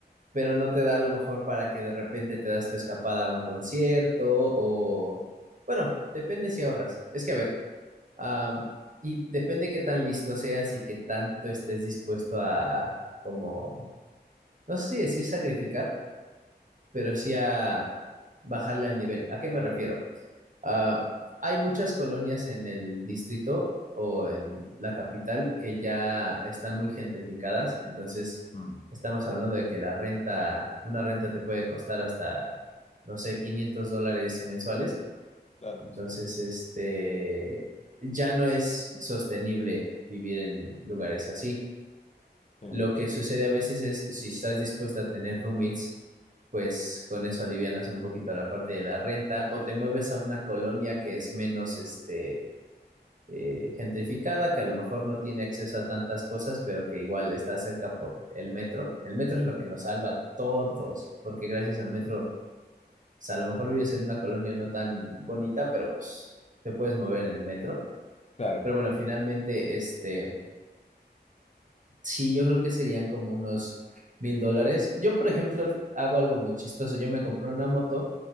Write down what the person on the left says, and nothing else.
Mm,
Claro,
sí,
sí.
Claro.